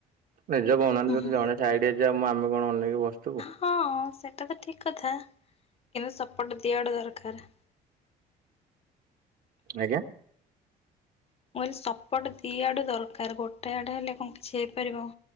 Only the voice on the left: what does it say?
ହୁଁ
ହଁ ସେଟା ତ ଠିକ କଥା କିନ୍ତୁ ସପୋର୍ଟ ଦିଆଡୁ ଦରକାର।
ମୁଁ କହିଲି ସପୋର୍ଟ ଦିଇ ଆଡ଼ୁ ଦରକାର ଗୋଟେ ଆଡ଼େ ହେଲେ କଣ କିଛି ହେଇପାରିବ।